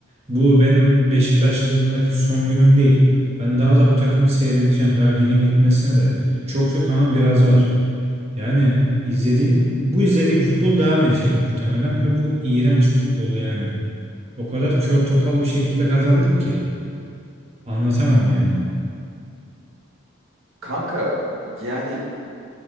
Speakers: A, on the right (about 30°); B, on the right (about 70°).
A: bu benim Beşiktaşlığımdaki son günüm değil. Ben daha da bu takımı seyredeceğim. Daha ligin bitmesine de çok yok ama biraz var. Yani izlediğim bu izlediğim futbol devam edecek muhtemelen ve bu iğrenç futbol yani. O kadar kör topal bir şekilde kazandık ki anlatamam yani.
B: Hı hı. Kanka yani